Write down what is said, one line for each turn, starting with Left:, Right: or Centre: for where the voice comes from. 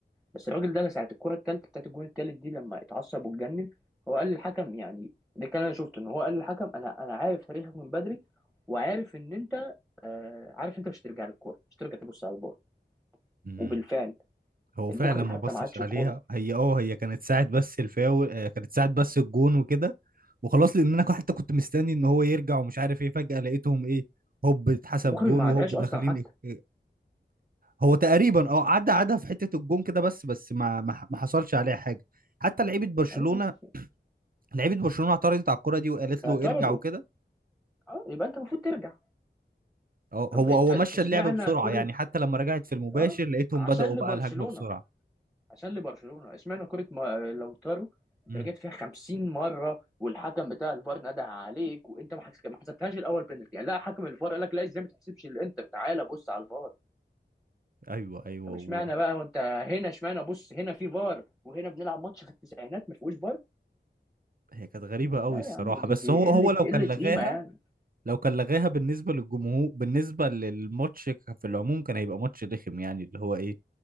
Centre: بس الراجل ده ساعة الكرة الثالثة بتاعت الجون الثالث دي لما اتعصب واتجنن هو قال للحكم يعني ده كان انا شفته ان هو قال للحكم انا انا عارف تاريخك من بدري وعارف ان انت آه، عارف انت مش هترجع للكوره مش هترجع تبص على الفار
Right: مم.
Centre: وبالفعل
Right: هو
Centre: المخرج
Right: فعلا ما
Centre: حتى
Right: بصش
Centre: ما عادش
Right: عليها
Centre: الكوره
Right: هي اه هي كانت ساعة بس الفاول آه، كانت ساعة بس الجون وكده وخلاص لان انا كو- حتى كنت مستني ان هو يرجع ومش عارف ايه فجأة لقيتهم ايه هوب اتحسب
Centre: المخرج
Right: جون
Centre: ما
Right: وهوب
Centre: عادهاش
Right: داخلين
Centre: اصلا حتى
Right: إيه. إيه. هو تقريبا اه عدى عدى في حتة الجون كده بس بس ما ما ما حصلش عليها حاجة حتى لعيبة برشلونة
Centre: معلش،
Right: لعيبه برشلونه اعترضت على الكره دي وقالت
Centre: اعترضوا
Right: له ارجع وكده
Centre: اه يبقى انت المفروض ترجع
Right: هو
Centre: طب
Right: هو
Centre: انت
Right: هو
Centre: انت
Right: مشى
Centre: اشمعنى
Right: اللعب بسرعه
Centre: كره
Right: يعني حتى لما رجعت في المباشر
Centre: اه
Right: لقيتهم
Centre: عشان
Right: بداوا
Centre: لبرشلونه
Right: بقى الهجمه بسرعه
Centre: عشان لبرشلونه اشمعنى كره ما... لو طاروا انت
Right: امم
Centre: رجعت فيها 50 مره والحكم بتاع الفار نده عليك وانت ما حس- ما حسبتهاش الاول بينالتي يعني لا حكم الفار قال لك لا ازاي ما تحسبش الانتر تعالى بص على الفار
Right: ايوه ايوه
Centre: طب
Right: هو
Centre: اشمعنى بقى وانت هنا اشمعنى بص هنا في فار وهنا بنلعب ماتش في التسعينات ما فيهوش فار
Right: هي كانت غريبه قوي
Centre: لا
Right: الصراحه
Centre: يا عم دي
Right: بس
Centre: دي
Right: هو
Centre: قله
Right: هو لو
Centre: قله
Right: كان لغاها
Centre: قيمه يعني
Right: لو كان لغاها بالنسبه للجمهور بالنسبه للماتش ك- في العموم كان هيبقى ماتش رخم يعني اللي هو ايه